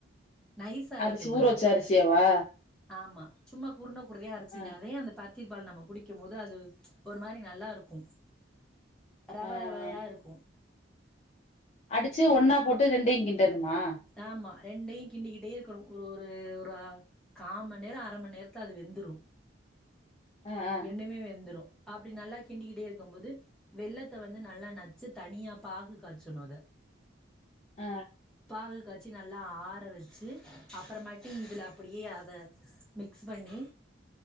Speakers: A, in the centre; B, on the left.
A: நைசா அரைக்கக்
B: அரிசி
A: கூடாது
B: ஊற வச்ச அரிசியாவா?
A: ஆமா சும்மா குருண குருணையா அரைச்சினாதே
B: ஆ,
A: அந்த பரு த்தி பால் நம்ம குடிக்கும் போது அது ஒரு மாரி நல்லா இருக்கு ரவ
B: ஆ,
A: ரவையா
B: ஆ.
A: இருக்கு
B: அடிச்சு ஒன்னா போட்டு ரெண்டயு கிண்டணுமா
A: ஆமா ரெண்டையு கிண்டிகிட்டே இருக்கணு ஒரு ஒரு ஒரு அ கா மண் நேர அரை மண் நேரத்துல அது வெந்துரு
B: ஆ, ஆ,
A: ரெண்டுமே வெந்துரு அப்படி நல்லா கிண்டிகிட்டே இருக்கும் போது வெல்லத்த வந்து நல்லா நச்சு தனியா பாகு காச்சணு அத
B: அ
A: பாகு காச்சி நல்லா ஆற வெச்சு அப்புறமாட்டி இதுல அப்படியே அத மிக்ஸ் பண்ணி